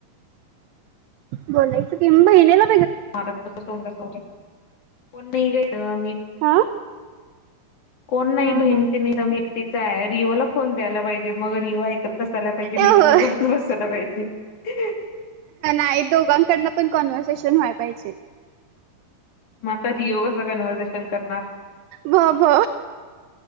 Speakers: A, on the right (about 75°); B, on the left (about 55°).
A: बोलायचं किंब येणेला
B: मारज बस स सॉरी कोण नाही घय मी <inaudible>
A: हा
B: कोण नाही
A: हा
B: बहीण
A: हा.
B: मी एकटीचा आहे रिओला फोन द्यायला पाहिजे मग रिओये बसायला पाहिजे मिटी
A: ए हो
B: एकटी बोलूतच बसते त्या बाईशी <unintelligible>
A: हाय दोघांकडन पण कॉन्वर्सेशन व्हाय पाहिजे
B: म आता रियओ कस कन्व्हर्सेशन करणार
A: भ भ